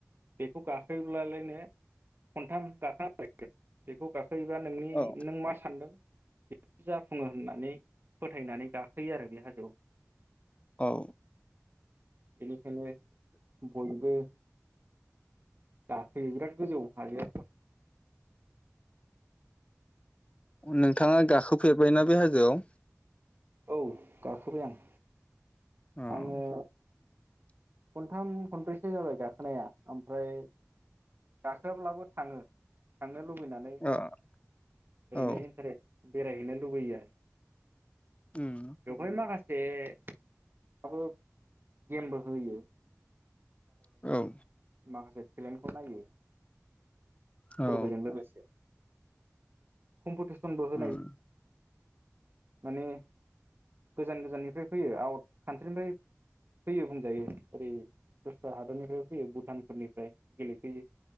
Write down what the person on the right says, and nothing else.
बेखौ गाखोब्लालायनो खनथाम गाखो <inaudible> बेखौ गा खोयोबा नोंनि
नों मा सानदों बेखौ जाफुङो होननानै फोथायनानै गाखोयो आरो बे हाजोआव।
बेनि खायनो बयबो गाखोयो बिराद गोजौआव हाजोया <inaudible>
औ गाखोबाय आं।
आङो खनथाम खनब्रैसो जाबाय गाखोनाया ओमफ्राय गाखोआब्लाबो थाङो। थांनो लुबैनानै
ओरैनो
इन्टारेस बेरायहैनो लुबैयो आरो
बेवहाय माखा से माबो गेमबो होयो। लांदां
माखासे टेलेन्टखौ नायो।
फोरबोजों लोगोसे कम्पिटिसनबो होनाय
माने गोजान गोजाननिफ्राय फैयो आउट कान्ट्रिनिफ्राय फैयो बुंजायो ओरै दस्रा हादरनिफ्राय फैयो भुटानफोरनिफ्राय गेलेफैयो।